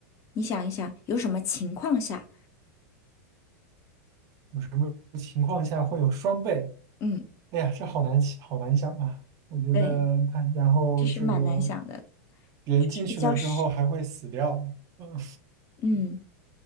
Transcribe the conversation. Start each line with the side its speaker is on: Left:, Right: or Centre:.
Left: 你想一想，有什么情况下？
Right: 有什么情况下会有双倍？
Left: 嗯，
Right: 哎呀，这好难想好难想啊！我觉得它，
Left: 对，
Right: 然后这个
Left: 这是蛮难想的，
Right: 人进去了之后还会死掉。
Left: 就是比较是，
Right: 嗯
Left: 嗯，